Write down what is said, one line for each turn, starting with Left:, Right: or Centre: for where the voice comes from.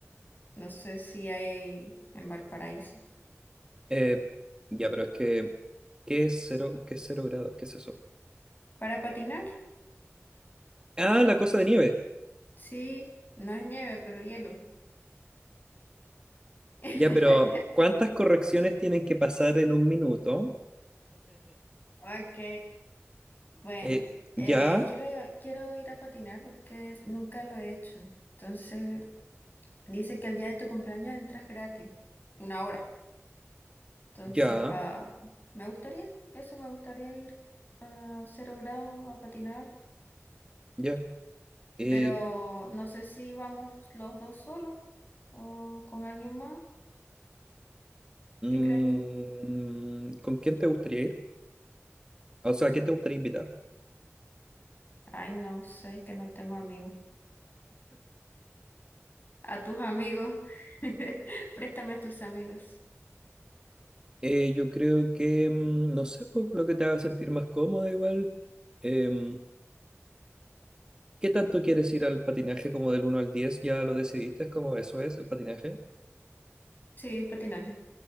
Left: No sé si hay ahí en Valparaíso.
Right: Eh, ya, pero es que, ¿qué es cero, qué es cero grados? ¿Qué es eso?
Left: Para patinar,
Right: Ah, la cosa de nieve.
Left: sí, no es nieve, pero hielo. <laughs>
Right: Ya, pero ¿cuántas correcciones tienen que pasar en un minuto?
Left: Ok, bueno,
Right: Eh,
Left: eh,
Right: ya,
Left: quiero, quiero ir a patinar porque es- nunca lo he hecho. Entonces Dice que el día de tu cumpleaños entras gratis, una hora. Entonces,
Right: ya,
Left: pa... me gustaría, eso me gustaría ir a cero grado a patinar,
Right: ya. Eh,
Left: pero no sé si vamos los dos solos o con alguien más.
Right: mm,
Left: ¿Qué crees tú?
Right: ¿con quién te gustaría ir? O sea, ¿a quién te gustaría invitar?
Left: Ay, no sé, es que no tengo amigos. A tus amigos, <laughs> préstame tus amigos.
Right: Eh, yo creo que, mm, no sé, pues, lo que te haga sentir más cómoda igual. Em, ¿qué tanto quieres ir al patinaje como del uno al diez ¿Ya lo decidiste? ¿Es como eso es el patinaje?
Left: Sí, patinaje.